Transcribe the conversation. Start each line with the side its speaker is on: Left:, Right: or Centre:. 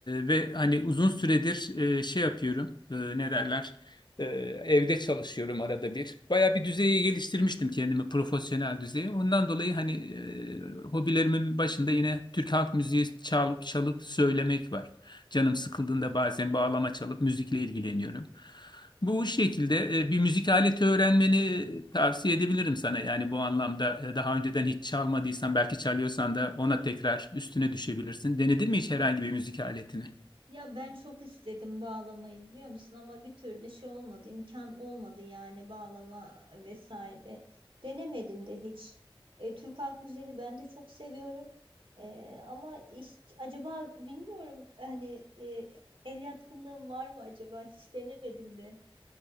Left: ve hani uzun süredir e, şey yapıyorum. E, ne derler? E, evde çalışıyorum arada bir. Baya bir düzeye geliştirmiştim kendimi profesyonel düzeye. Ondan dolayı hani e, hobilerimin başında yine Türk halk müziği çalıp çalıp söylemek var. Canım sıkıldığında bazen bağlama çalıp müzikle ilgileniyorum. Bu şekilde e, bir müzik aleti öğrenmeni e, tavsiye edebilirim sana. Yani bu anlamda e, daha önceden hiç çalmadıysan belki çalıyorsan da ona tekrar üstüne düşebilirsin. Denedin mi hiç herhangi bir müzik aletini?
Right: Ya ben çok istedim bağlamayı biliyor musun ama bir türlü şey olmadı, imkan olmadı yani bağlama vesaire. Denemedim de hiç. E, Türk Halk Müziği'ni ben de çok seviyorum. E, ama hiç, acaba bilmiyorum hani e, el yatkınlığım var mı acaba hiç denemedim de.